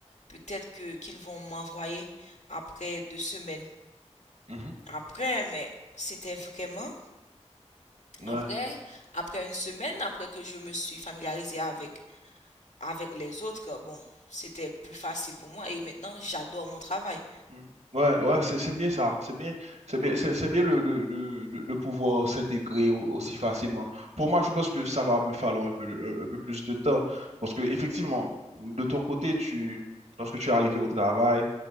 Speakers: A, on the left; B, on the right.
A: peut-être que qu'ils vont m'envoyer après deux semaines.
B: mhm.
A: Après, mais c'était vraiment
B: Ouais.
A: après, après une semaine, après que je me suis familiarisée avec, avec les autres, bon, c'était plus facile pour moi et maintenant j'adore mon travail.
B: mhm. Ouais, ouais, c'est c'est bien ça, c'est bien, c'est bien, c'est c'est bien le, le- le- de, de pouvoir s'intégrer au- aussi facilement. Pour moi, je pense que ça va me falloir un peu, un, un peu plus de temps parce que effectivement, de ton côté, tu, lorsque tu es arrivé au travail,